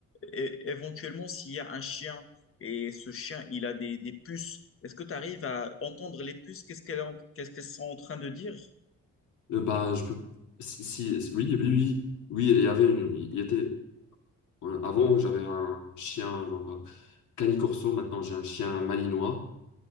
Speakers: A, on the left; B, on the left.
A: é- éventuellement, s'il y a un chien et ce chien, il a des, des puces, est-ce que tu arrives à entendre les puces? Qu'est-ce qu'elles en- qu'est-ce qu'elles sont en train de dire?
B: Euh, bah, je peux. Si, si- si- oui, oui, oui, oui, il y avait une. Il y était. euh, Avant, j'avais un chien, genre euh, canicorso. Maintenant, j'ai un chien malinois.